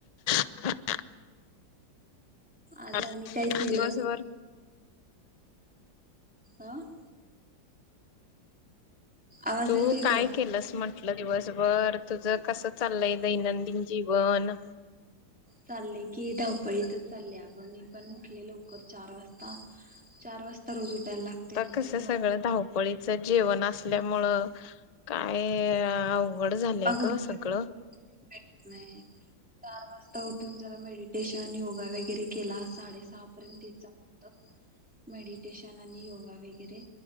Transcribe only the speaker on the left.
<inaudible>
<unintelligible>
दिवसभर
तू
काय केलंस म्हट म्हटलं दिवसभर तुझं कस? चाललय दैनंदिन जीवन.
आता
कस
सगळं धावपळीचं जेवण असल्यामुळं
काय--अव अवघड झालंय
ग
सगळं